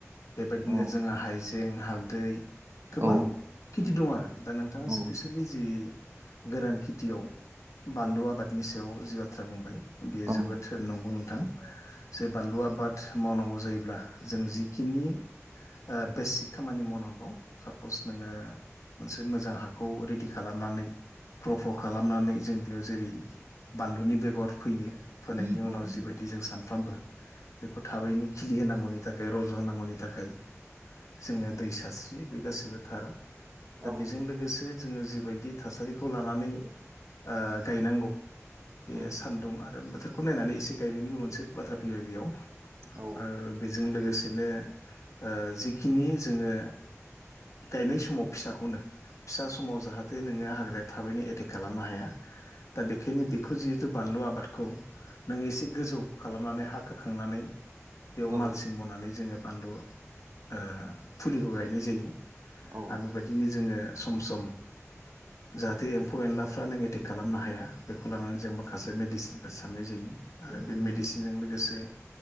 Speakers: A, on the left (about 75°); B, on the right (about 50°).
A: बेबायदिनो
B: औ
A: जोङो हाइजें, हालदै गोबां
B: औ
A: खेथि दं आरो दा नोंथाङा
B: औ
A: स्पेसियेलि जि गोरान खेथियाव बानलु आबादनि सायाव जि बाथ्रा बुंबाय बेयो
B: औ
A: जोबोद नंगौ नोंथां। जे बानलु आबाद मावनांगौ जायोब्ला जों जिखिनि ओ बेसिक खामानि मावनांगौ। साप'स नोङो मोनसे मोजां हाखौ रेडि खालामनानै फ्र' फ्र' खालामनानै जों बेयाव जेरै बानलुनि बेगर फोयो। फोनायनि
B: औ
A: उनाव जिबायदि जों सानफ्रामबो बेखौ थाबैनो खिलि होनांगौनि थाखाय रज' होनांगौनि थाखाय जोङो दै सास्रि बे गाससिबो थार।
B: औ
A: दा बेजों लोगोसे जोङो जिबायदि थासारिखौ लानानै ओ गायनांगौ बे
B: औ
A: सान्दुं आरो बोथोर खौ नायनानै एसे गायनायनिबो मोनसे बाथ्रा फैबाय बेयाव।
B: औ
A: ओ बेजों लोगोसेनो ओ जिखिनि जोङो गायनाय समाव फिसाखौनो फिसा समाव जाहा थे नोङो हाग्राया थाबैनो एटेक खालामनो हाया दा बेखायनो बे खौ जिहेतु बानलु आबादखौ नोङो एसे गोजौ खालामनानै हा खोखांनानै बेयाव
B: औ
A: मालसिं बनानै जोङो बानलु ओ फुलिखौ गायनाय जाय। ो
B: औ
A: आरो बेबायदिनो जोङो सम सम
B: <inaudible>
A: जाहाथे एम्फौ एनलाफ्रा नों एटेक खालामनो हाया बेखौ लानानै जों माखासे मेडिसिनफोर सारनाय जायो। आरो
B: उम
A: बे मेडिसिनजों लोगोसे